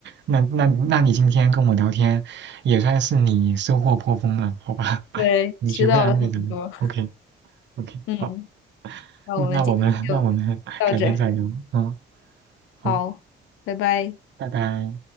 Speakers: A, on the right; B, on the left.
A: 那那那你今天跟我聊天，也算是你收获颇丰了，好吧？
B: <laughs>
A: <laughs>
B: 对，
A: 你学会安慰人了。
B: 学到了很多。
A: OK，OK，
B: 嗯，
A: 好，
B: 那我们今天就到这儿，
A: 那那我们那我们改天再聊。嗯，好，
B: 好，拜拜。
A: 拜拜。